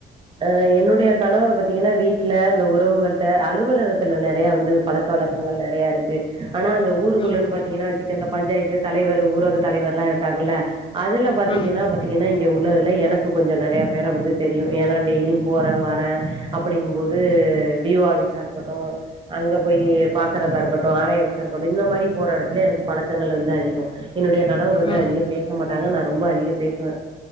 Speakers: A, on the right (about 25°); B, on the left (about 25°).
A: அ என்னுடைய கணவர் பத்தீங்கன்னா வீட்ல இந்த உறவுகள்ட்ட அலுவலகத்துல நறைய வந்து பழக்க க்க வழக்கங்கள் நிறையாருக்கு கு ஆனா அந்த ஊருக்குள்ளன்னு
B: ம்
A: பாத்தீங்கன்னா வச்சுக்க பஞ்சாயத்து தலைவர் ஊரக தலைவர்ல்லா இரு க்காதுல அதுல பாத்தீங்கன்னா
B: ம்
A: பாத்தீங்கன்னா இங்க உள்ளதுல எனக்கு கொஞ்சோ நிறைய பேர வந்து தெரியும் ஏனா டெய்லியு போறேன் வாரன் அப்படிங்கும்போது விஓ ஆஃபிஸா இருக்கட்டு அங்க போய் பாக்கறதா இருக்கட்டு ஆரைய தா இருக்கட்டு இந்த மாரி போற இடத்துல எனக்கு பழக்கங்கள் வந்து அதிகம் என்னுடைய கணவர் வந்து
B: ம்
A: அதிகம் பேச மாட்டாங்க நா ரொம்ப அதிகம் பேசுவே